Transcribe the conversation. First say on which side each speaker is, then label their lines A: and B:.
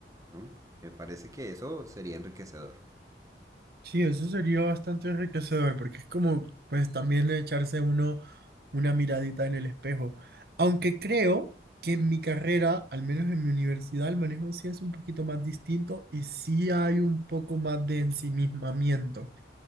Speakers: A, on the right; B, on the right.
A: ¿no? Me parece que eso sería enriquecedor.
B: Sí, eso sería bastante enriquecedor porque es como, pues también echarse uno una miradita en el espejo. Aunque creo que en mi carrera, al menos en mi universidad, el manejo sí es un poquito más distinto y sí hay un poco más de ensimismamiento,